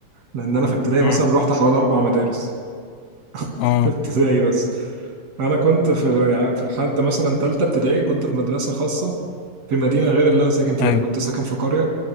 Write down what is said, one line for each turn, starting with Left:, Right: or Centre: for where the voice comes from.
Right: لأن أنا في ابتدائي مثلا
Left: مم.
Right: رحت حوالي أربع مدارس
Left: اه
Right: في ابتدائي بس انا كنت في يعني في لحد مثلا تالتة ابتدائي كنت في مدرسة خاصة في مدينة غير اللي انا ساكن فيها
Left: ايوه
Right: انا كنت ساكن في قرية